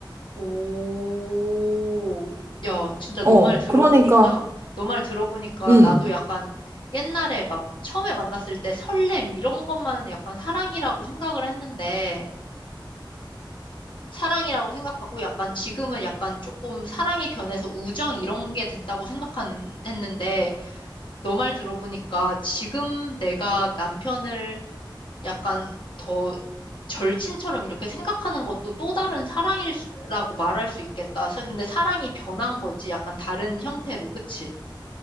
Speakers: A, on the left; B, on the right.
A: 오, 야, 진짜
B: 어,
A: 너 말 들어보니까,
B: 그러니까,
A: 너 말 들어보니까
B: 음,
A: 나도 약간 옛날에 막 처음에 만났을 때 설렘 이런 것만 약간 사랑이라고 생각을 했는데, 사랑이라고 생각하고 약간 지금은 약간 조금 사랑이 변해서 우정 이런 게 됐다고 생각 했는데 너 말 들어보니까 지금 내가 남편을 약간 더 절친처럼 이렇게 생각하는 것도 또 다른 사랑이라고 말할 수 있겠다. 사- 근데 사랑이 변한 거지. 약간 다른 형태로. 그치?